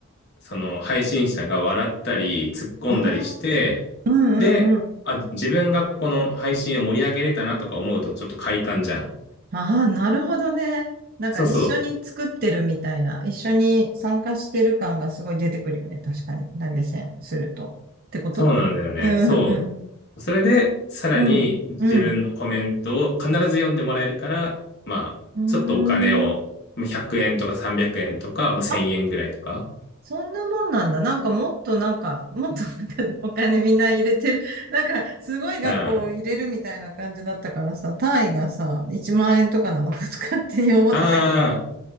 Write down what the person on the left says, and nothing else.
う、その配信者が笑ったり突っ込んだりして、
で、
あ、自分がこの配信を盛り上げれたなとか思うとちょっと快感じゃん。
そうそう。
そうなんだよね。そう。それで、さらに自分のコメントを必ず読んでもらえるから、
まあ、
ちょっとお金を、まあ100円とか300円とか、まあ1000円ぐらいとか。
うん。あ
あ、